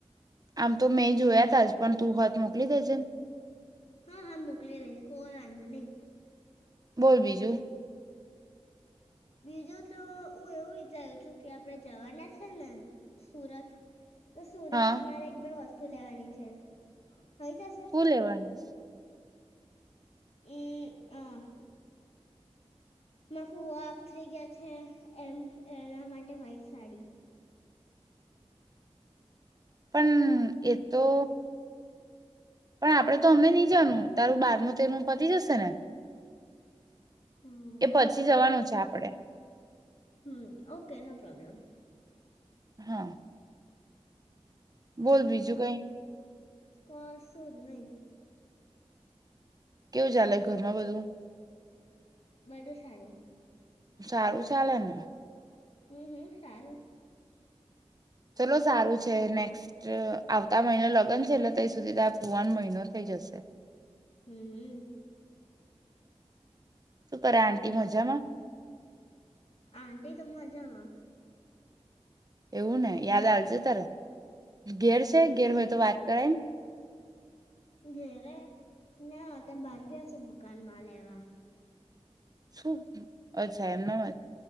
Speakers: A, on the right; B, on the left.
A: આમ તો મેં જોયા તા જ પણ તું હોત મોકલી દેજે
B: હા હા મોકલી રઈશ કોઈ વાંધો નહીિ
A: બોલ બીજું
B: બીજું તો હું એવું વિચારું છું કે આપડે જવાના છે ને સુરત તો સુરત
A: હા
B: થી મારે એક બે વસ્તુ વતુ લેવાની છે થઈ જશે
A: શું લેવાનું છે
B: એ અહ મા ફૂઓ ઓફ થઇ ગયા છે એમ એના માટે વ્હાઈટ સાડી
A: પણ એ તો પણ આપડે તો અમને નહી જાનું તારું બારમું તેરમું પતી જશે ને
B: હમ
A: એ પછી જવાનું છે આપડે
B: હમ ઓકે નો પ્રોબ્લેમ
A: હા
B: હમ
A: બોલ બીજું કઈ
B: કશું જ નહી
A: કેવું ચાલે ઘરમાં બધું
B: બધું સારું
A: સારું ચાલે ને
B: હમ હમ સારું
A: ચલો સારું છે નેક્સ્ટ આવતા મહિને લગન છે ને ત્યાં સુધી તતારા ફુઆ ને મહિનો થઈ જશે
B: હમ હ
A: શું કરે આંટી મજામાં
B: આટીી તો મજામાં
A: એવું ન યાદ આલ છે ત્યારે ઘેર છે
B: હમ
A: ઘેર હોય તો વાત કરાય
B: ઘેરે ના ત બહાર ગયા છે દુકાનમાં લેવા
A: શું અચ્છા એમનામ